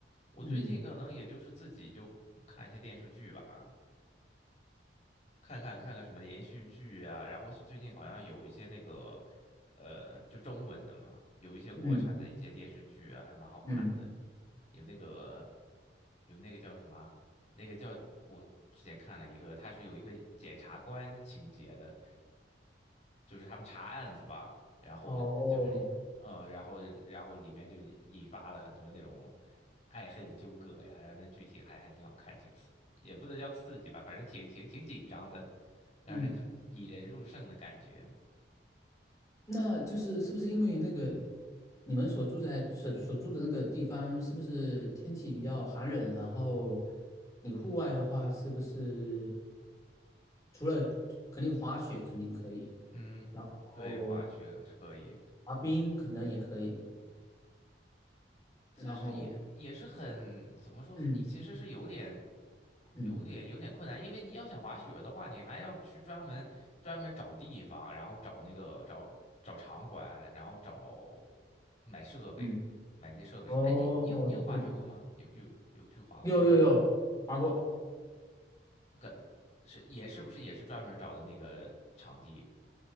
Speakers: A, on the left (about 40°); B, on the left (about 20°).
A: 我最近可能也就是自己就看一些电视剧吧，
B: 嗯
A: 看看看看什么连续剧啊，然后最近好像有一些那个呃，就中文的嘛，有一些国产的一些电视剧啊，
B: 嗯
A: 还蛮好看的，
B: 嗯，
A: 有那个有那个叫什么啊，那个叫我之前看了一个，它是有一个检察官情节的，就是他们查案子吧，然后就是呃，
B: 哦，
A: 然后然后里面就引发了很多那种。爱恨纠葛呀，然后那剧情还还挺好看，挺刺，也不能叫刺激吧，反正挺挺挺紧张的，让人看引人入胜的感觉。
B: 嗯，那就是是不是因为那个你们所住在所所住的那个地方，是不是天气比较寒冷？然后你户外的话，是不是除了肯定滑雪肯定可以，
A: 嗯，
B: 然后
A: 对，滑雪是可以，
B: 滑冰可能也可以，
A: 但是也也是很怎么说，
B: 然后，
A: 很其实是有点
B: 嗯嗯
A: 有点有点困难，因为你要想滑雪的话，你还要去专门专门找地方，然后找那个找找场馆，然后找买设备，
B: 嗯，
A: 买那些设备什么。
B: 哦，
A: 哎，你你有你有滑雪过吗？
B: 对，
A: 有有有去滑过吗？
B: 有有有划过，
A: 个是也是不是也是专门找的那个场地？